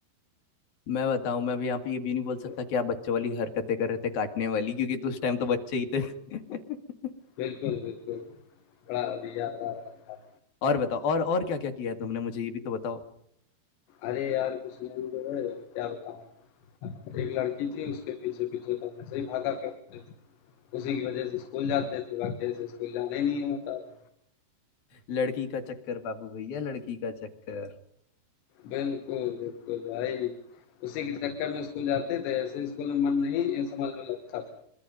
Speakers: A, on the left (about 60°); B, on the left (about 80°).
A: मैं बताऊं मैं भी यहाँ पे ये भी नहीं बोल सकता
B: तो
A: कि आप बच्चों वाली हरकतें कर रहे थे काटने वाली क्योंकि तो उस टाइम तो बच्चे ही थे <laughs>
B: बिल्कुल बिल्कुल बड़ा अभी याद आ रहा था
A: और बताओ और और क्या क्या किया है तुमने मुझे ये भी तो बताओ
B: अरे यार कुछ नहीं जो है क्या बताऊँ एक लड़की थी उसके पीछे पीछे तो हम ऐसे ही भागा करते थे उसी की वजह से स्कूल जाते थे बाकी ऐसे स्कूल जाना ही नहीं होता था
A: लड़की का चक्कर बाबू भैया लड़की का चक्कर
B: बिल्कुल बिल्कुल भाई उसी के चक्कर में स्कूल जाते थे ऐसे स्कूल में मन नहीं ये समझ लो लगता था